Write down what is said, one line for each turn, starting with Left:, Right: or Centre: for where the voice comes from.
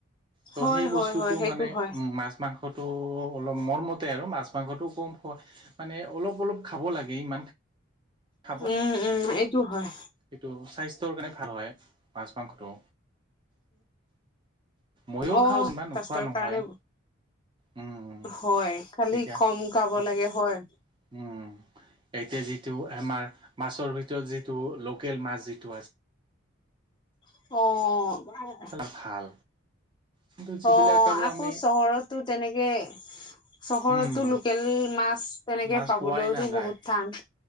Right: ত'
Left: হয়
Right: সেই
Left: হয়
Right: বস্তুতো
Left: হয় সেইটো
Right: মানে
Left: হয়
Right: উ মাছ মাংস মাংসটো অলপ মৰমতে আৰু মাছ মাংসটো কম খোৱা মানে অলপ অলপ খাব লাগে ইমান খাব
Left: উম উম এইটো হয়
Right: সেইটো স্বাস্থ্যৰ কাৰণে ভাল হয় মাছ মাংসটো ময়ো
Left: অ
Right: খাও যিমান
Left: স্বাস্থ্যৰ
Right: নোখোৱা নহয়।
Left: কাৰণে
Right: উম
Left: হয় খালি
Right: এতিয়া
Left: কম খাব লাগে হয়।
Right: উম এতিয়া যিটো আমাৰ মাছৰ ভিতৰত যিটো লোকেল মাছ যিটো আছে
Left: অ
Right: ভাল কিন্তু যিবিলাক
Left: অ
Right: আৰু
Left: আকৌ
Right: আমি
Left: চহৰতো তেনেকে চহৰতো
Right: উম,
Left: লোকেল মাছ তেনেকে
Right: মাছ
Left: পাবলৈওতো
Right: পোৱাই নাযায়
Left: বহুত টান।